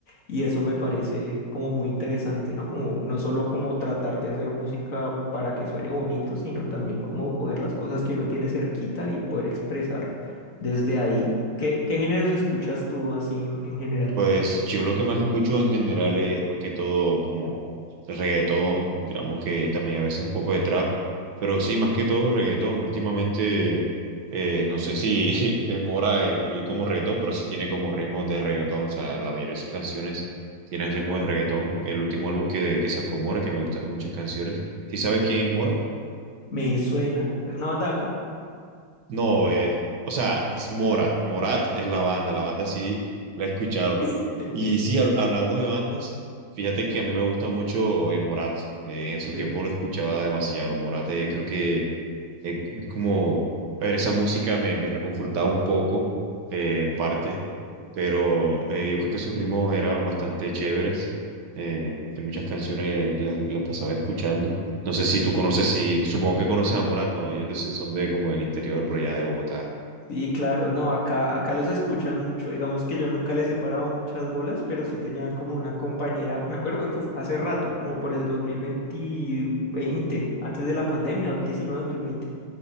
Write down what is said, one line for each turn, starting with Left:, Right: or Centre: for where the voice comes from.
Left: y eso me parece como muy interesante, ¿no? Como no solo como tratar de hacer música para que suene bonito, sino también como coger las cosas que uno tiene cerquita y poder expresar desde ahí. ¿Qué, qué géneros escuchas tú así en, en general?
Right: Pues yo lo que más escucho en general es más que todo como reggaetón, digamos que también a veces un poco de trap, pero sí, más que todo reggaetón. Últimamente, eh, no sé si <laughs> eh, Mora incluye como reggaetón, pero sí tiene como ritmos de reggaetón, o sea, la mayoría de sus canciones tienen ritmos de reggaetón. El último álbum que, que sacó Mora, que me gustaron muchas canciones. ¿Sí sabes quién es Mora?
Left: Me suena. ¿Es una banda de acá?
Right: No, eh, o sea, es Mora. Morat es la banda, la banda sí la he escuchado.
Left: <laughs>
Right: Y sí, hab- hablando de bandas, fíjate que a mí me gusta mucho eh, Morat. Eh, en su
Left: Sí.
Right: tiempo lo escuchaba demasiado. Morat eh, creo que eh, es como, a ver, esa música me, me reconfortaba un poco, eh, en parte, pero eh, yo creo que sus ritmos eran bastante chéveres eh, hay muchas canciones las que las pasaba escuchando. No sé si tú conoces, si supongo que conoces a Morat, no, ellos de- son de como del interior, por allá de Bogotá.
Left: Sí, claro, no, acá, acá los escuchan mucho. Digamos que yo nunca les he parado muchas bolas, pero sí tenía como una compañera, me acuerdo, uf, hace rato, como por el 2020, veinte, veinte, antes de la pandemia, dos dos mil diecinueve dos mil veinte.